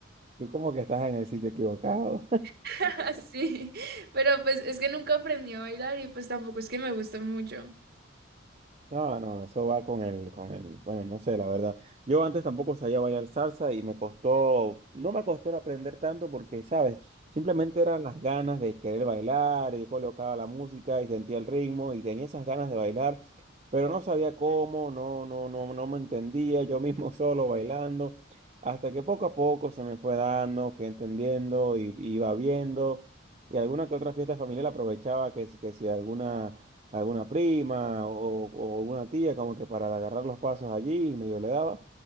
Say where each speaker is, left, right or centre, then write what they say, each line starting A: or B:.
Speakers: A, on the right; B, on the right.
A: tú como que estás en el sitio equivocado.
B: <laughs> sí, pero pues es que nunca aprendí a bailar y pues tampoco es que me guste mucho.
A: No, no, eso va con el, con el, bueno, no sé, la verdad. Yo antes tampoco sabía bailar salsa y me costó, no me costó aprender tanto porque, ¿sabes? Simplemente eran las ganas de querer bailar, yo colocaba la música y sentía el ritmo y tenía esas ganas de bailar, pero no sabía cómo, no, no, no, no me entendía, yo mismo <laughs> solo bailando, hasta que poco a poco se me fue dando, fui entendiendo y iba viendo. Y alguna que otra fiesta familiar aprovechaba que, si- que si alguna alguna prima o, o alguna tía, como que para agarrar los pasos allí, y medio le daba.